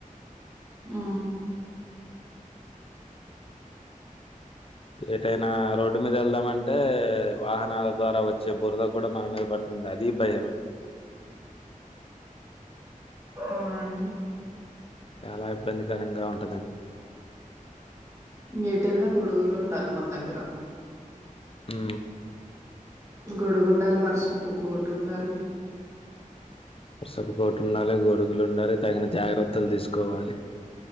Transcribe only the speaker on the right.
ఉ
ఆ అండి
ఎటెలిన గొడుగులు ఉండాలి మన దగ్గర
గొడుగు ఉండాలి వర్షపు కోటు ఉండాలి